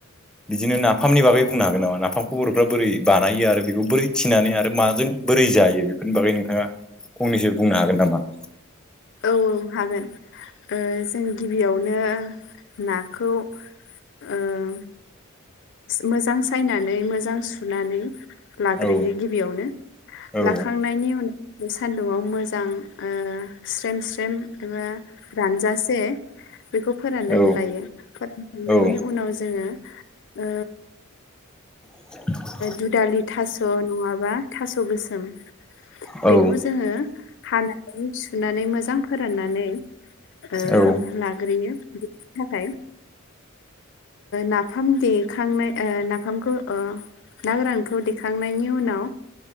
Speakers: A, in the centre; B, on the left (about 60°).
A: बिदिनो नाफामनि बागै बुंनो हागोन नामा नाफामखौ बर'फ्रा बोरै बानायो आरो बेखौ बोरै थिनानै आरो माजों बोरै जायो बेफोरनि बागै नोंथाङा फंनैसो बुंनो हागोन नामा?
B: औ औ हागोन जों गिबियावनो नाखौ ओम। मोजां सायनानै मोजां सुनानै लाग्रोयो
A: औ
B: गिबियावनो
A: औ
B: लाखांनाय नि उनाव बे सानदुंआव मोजां स्रेम स्रेम एबा रानजासे बेखौ फोराननानै
A: औ
B: लायो फोरानखांनायनि
A: औ
B: उनाव जोङो ओ
A: <inaudible>
B: दुधालि थास' नङाबा थास' गोसोम
A: औ
B: बेखौ जोङो हानानै सुनानै मोजां फोराननानै ओ
A: औ
B: लाग्रोयो। थाखाय नाफाम दे खांनाय नाफामखौ ना गोरानखौ दैेखांनायनि उनाव